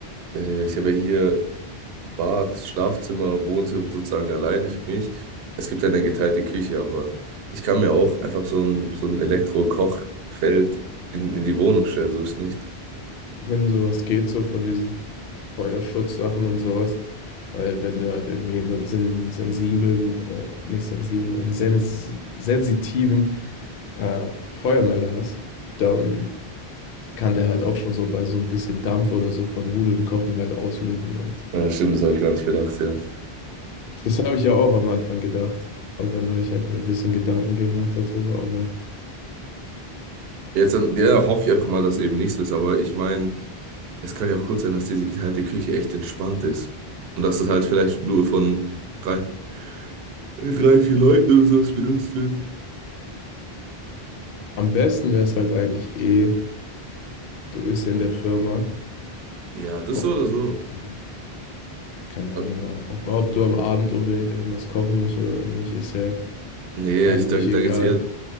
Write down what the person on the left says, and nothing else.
Wenn sowas geht, so von diesen Feuerschutzsachen und sowas. Weil wenn du halt irgendwie einen sen sensiblen, äh, nicht sensibel, einen sens sensitiven äh, Feuermelder hast, dann kann der halt auch schon so bei so ein bisschen Dampf oder so von Nudeln kochen halt auslösen. Und
das habe ich ja auch am Anfang gedacht. Aber dann habe ich halt mir ein bisschen Gedanken gemacht darüber, aber.
Am besten wäre es halt eigentlich eh, du bist in der Firma
und
ähm, keine Ahnung,
am- ob, ob du am Abend unbedingt irgendwas kochen musst oder nicht, ist ja
eigentlich
egal.